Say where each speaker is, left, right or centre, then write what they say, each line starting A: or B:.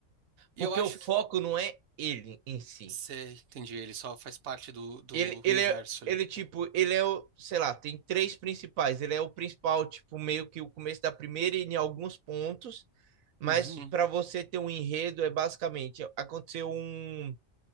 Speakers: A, on the right (about 65°); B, on the right (about 85°).
A: E
B: Porque
A: eu acho
B: o foco
A: que,
B: não é ele em si
A: sei, entendi, ele só faz parte do, do
B: Ele, ele
A: universo
B: é,
A: ali.
B: ele, tipo, ele é o, sei lá, tem três principais. Ele é o principal, tipo, meio que o começo da primeira e em alguns pontos. Mas
A: Uhum,
B: para você ter um enredo, é basicamente aconteceu um,